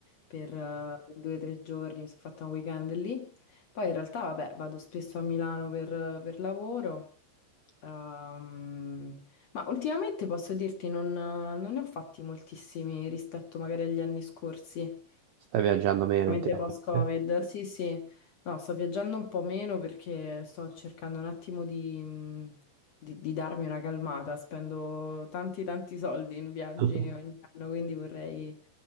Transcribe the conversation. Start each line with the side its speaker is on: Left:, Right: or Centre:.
Left: per eh, due o tre giorni, mi sono fatta un weekend lì. Poi in realtà, vabbè, vado spesso a Milano per, per lavoro. Ehm, ma ultimamente posso dirti, non, non ne ho fatti moltissimi rispetto magari agli anni scorsi,
Right: Stai viaggiando meno
Left: veramente
Right: ultimamente?
Left: post-Covid. Sì, sì, no, sto viaggiando un po' meno perché sto cercando un attimo di, mh, di- di darmi una calmata. Spendo tanti, tanti soldi in viaggi
Right: <laughs>
Left: ogni anno, quindi vorrei